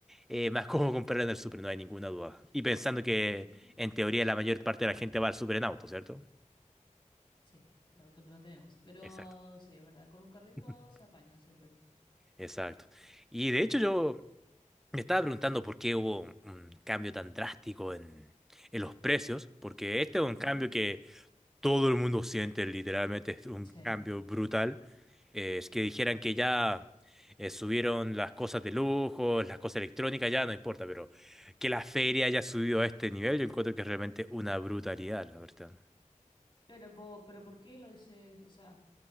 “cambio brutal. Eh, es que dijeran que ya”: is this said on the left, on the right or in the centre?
Centre